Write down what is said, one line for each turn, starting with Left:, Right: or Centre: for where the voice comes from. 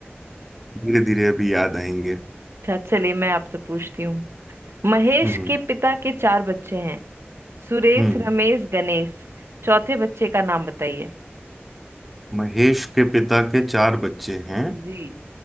Centre: धीरे धीरे अभी याद आएंगे
Right: अच्छा चलिए मैं आपसे पूछती हूँ महेश
Centre: हम्म
Right: के पिता के चार बच्चे हैं सुरेश
Centre: हम्म
Right: रमेश गणेश चौथे बच्चे का नाम बताइए
Centre: महेश के पिता के चार बच्चे हैं
Right: जी